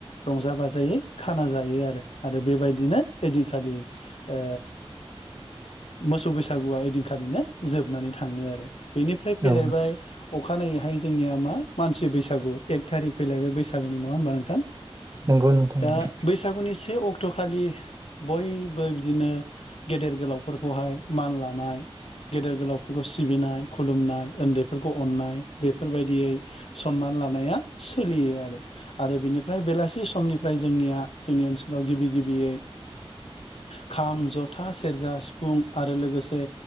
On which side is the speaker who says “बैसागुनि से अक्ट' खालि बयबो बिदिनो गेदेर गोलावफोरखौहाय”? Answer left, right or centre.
Left